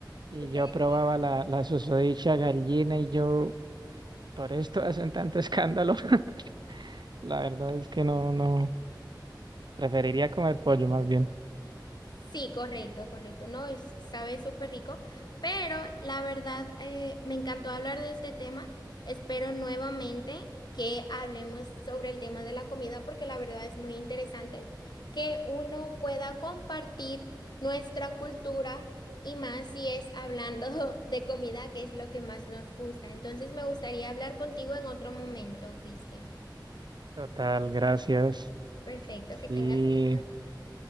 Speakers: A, on the right; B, on the left.
A: y
B: chuleta.
A: yo probaba la, la susodicha gallina y yo, por esto hacen tanto escándalo. <laughs> La verdad es que no, no, preferiría comer pollo más bien.
B: Sí, correcto, correcto. No, es, sabe súper rico, pero la verdad eh, me encantó hablar de este tema. Espero nuevamente que hablemos sobre el tema de la comida porque la verdad es muy interesante que uno pueda compartir nuestra cultura y más si es hablando <laughs> de comida, que es lo que más nos gusta. Entonces me gustaría hablar contigo en otro momento, Cristian.
A: Total, gracias.
B: Perfecto,
A: Sí,
B: que tengas lindo día.